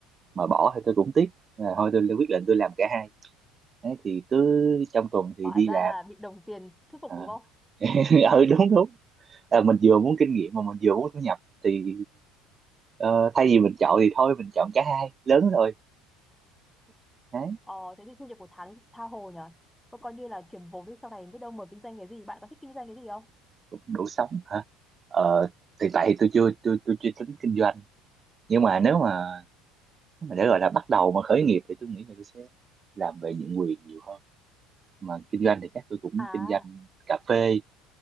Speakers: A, on the right; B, in the centre.
A: mà bỏ thì tôi cũng tiếc là thôi tôi quyết định tôi làm cả hai Đấy, thì cứ trong tuần thì
B: Hóa
A: đi
B: ra
A: làm
B: là bị đồng tiền thuyết phục
A: à.
B: đúng không?
A: <laughs> ừ đúng đúng à, mình vừa muốn kinh nghiệm mà mình vừa muốn thu nhập thì ờ, thay vì mình chọn thì thôi mình chọn cả hai lớn rồi đấy
B: Ờ, thế thì thu nhập của tháng tha hồ nhở Có coi như là kiếm vốn đi sau này biết đâu mở kinh doanh cái gì. Bạn có thích kinh doanh cái gì không?
A: cũng đủ sống hả Ờ, thì tại thì tôi chưa tôi tôi chưa tính kinh doanh nhưng mà nếu mà nếu mà để gọi là bắt đầu mà khởi nghiệp thì tôi nghĩ là tôi sẽ làm về nhượng quyền nhiều hơn mà kinh doanh thì chắc tôi cũng
B: À,
A: kinh doanh cà phê